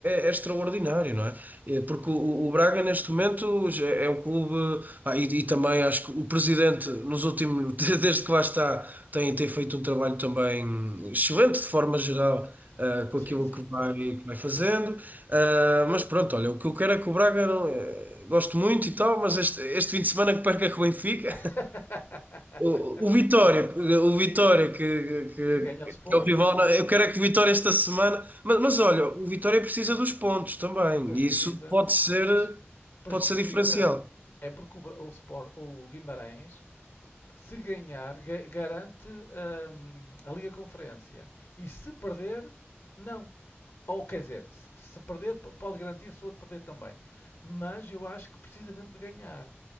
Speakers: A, on the right (about 40°); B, on the left (about 60°).
A: é- é extraordinário, não é? É, Porque o, o Braga, neste momento, já é um clube. ah, e, e também acho que o presidente, nos últimos, <laughs> desde que lá está, tem, tem feito um trabalho também excelente, de forma geral, ah, com
B: Sim,
A: aquilo
B: sim,
A: que vai,
B: tem.
A: que vai fazendo. Ah, mas pronto, olha, o que eu quero é que o Braga. não- eh, Gosto muito e tal, mas este, este fim de semana que perca com o Benfica.
B: <laughs>
A: O, o Vitória, o Vitória que, que,
B: Que ganha o Sporting,
A: que é o rival, eu quero é que o Vitória esta semana, mas, mas olha, o Vitória precisa dos pontos também,
B: pois
A: e
B: precisa,
A: isso pode ser,
B: mas pois
A: pode
B: precisa.
A: ser diferencial.
B: É porque o, Bra- o, Sport, o Guimarães se ganhar, ga- garante hum, a Liga Conferência. E se perder, não. Ou quer dizer, se se perder, p- pode garantir se o outro perder também. Mas eu acho que precisa mesmo de ganhar.